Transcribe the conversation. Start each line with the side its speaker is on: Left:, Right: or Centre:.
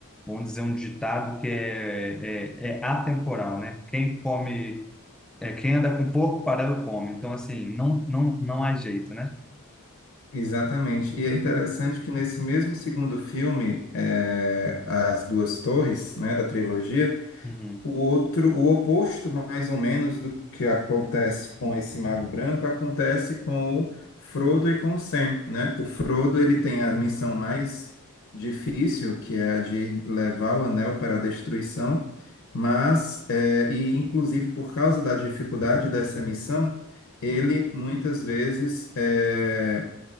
Centre: vão dizer um ditado que é, é, é atemporal, né? Quem come é, quem anda com porco, parado come. Então, assim, não, não, não há jeito, né?
Left: Exatamente. E é interessante que nesse mesmo segundo filme, eh, As Duas Torres, né, da trilogia,
Centre: Uhum.
Left: o outro, o oposto mais ou menos do que acontece com esse Mago Branco, acontece com o Frodo e com o Sam, né? O Frodo, ele tem a missão mais difícil, que é a de levar o anel para a destruição, mas, eh, e inclusive por causa da dificuldade dessa missão, ele muitas vezes eh,